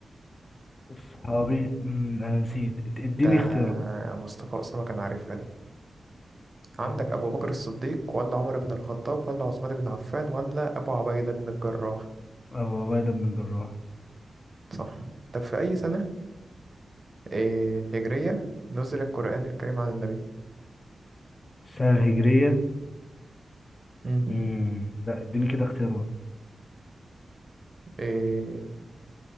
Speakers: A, on the left (about 35°); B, on the right (about 35°).
A: الصحابي أمم، انا نسيت إد- اديني
B: ده
A: اختيارات
B: مصطفى أسامة كان عارفها دي عندك
A: اه
B: أبو بكر الصديق ولا عمر بن الخطاب ولا عثمان بن عفان ولا أبو عبيدة بن الجراح
A: ابو عبيدة بن الجراح
B: صح طب في أي سنة إيه هجرية نزل القرآن الكريم على النبي؟
A: السنة الهجرية
B: مم.
A: امم لا اديني كده اختيارات
B: إيه